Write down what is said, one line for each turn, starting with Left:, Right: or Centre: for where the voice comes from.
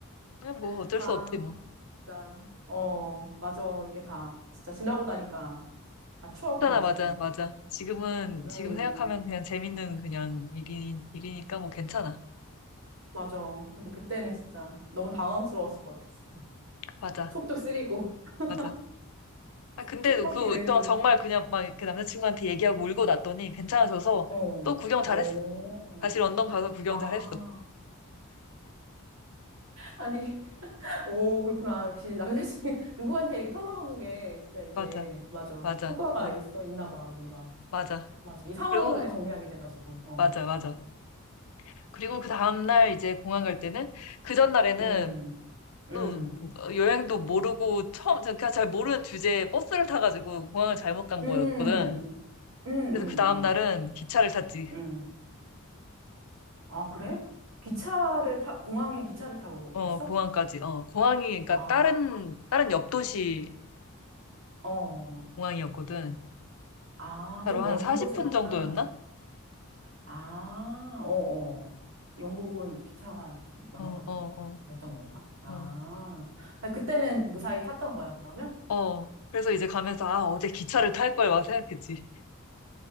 Left: 그냥 뭐
Right: <laughs>
Left: 어쩔
Right: 아,
Left: 수 없지 뭐
Right: 진짜. 어, 맞아. 이게 다, 진짜 지나고 나니까 다 추억이네,
Left: 하나
Right: 진짜.
Left: 맞아, 맞아. 지금은,
Right: 음,
Left: 지금 생각하면 그냥 재밌는 그냥 일이, 일이니까 뭐 괜찮아.
Right: 맞아. 근데 그때는 진짜 너무 당황스러웠을 것 같아, 진짜.
Left: 맞아,
Right: 속도 쓰리고, <laughs>
Left: 맞아. 아, 근데
Right: 속박비를
Left: 그, 저
Right: 또,
Left: 정말 그냥 막 그 남자친구한테 얘기하고 울고 났더니 괜찮아져서
Right: 어,
Left: 또 구경 잘했어.
Right: 어,
Left: 다시 런던 가서 구경
Right: 아.
Left: 잘했어.
Right: 아니, <laughs> 오, 그렇구나. 역시 남자친구, <laughs> 누구한테 이렇게 털어놓는 게 진짜 이게,
Left: 맞아,
Right: 맞아.
Left: 맞아,
Right: 효과가
Left: 어,
Right: 있어, 있나 봐, 뭔가.
Left: 맞아.
Right: 맞아. 이 상황을
Left: 그리고,
Right: 정리하게
Left: 어,
Right: 돼가지고, 어.
Left: 맞아, 맞아. 그리고 그 다음날 이제 공항 갈 때는 그 전날에는
Right: 음, 음,
Left: 또 어, 여행도 모르고 처음, 제가 잘 모르는 주제에 버스를 타가지고 공항을 잘못 간
Right: 음,
Left: 거였거든.
Right: 음, 음,
Left: 그래서 그 다음 날은 기차를 탔지.
Right: 음. 음. 아, 그래? 기차를 타, 공항에 기차를 타고
Left: 어,
Right: 갔어?
Left: 공항까지. 어, 공항이 그러니까
Right: 아,
Left: 다른 다른 옆 도시
Right: 어,
Left: 공항이었거든.
Right: 아,
Left: 차로
Right: 좀 먼
Left: 한 40분
Right: 곳에 있구나.
Left: 정도였나?
Right: 아, 어어. 영국은 기차가 좀 많아서
Left: 어,
Right: 그런
Left: 어,
Right: 거, 그랬던 건가? 아,
Left: 어,
Right: 아, 그때는 무사히 탔던 거야, 그러면?
Left: 어. 어. 그래서 이제 가면서 아, 어제 기차를 탈 걸 막 생각했지.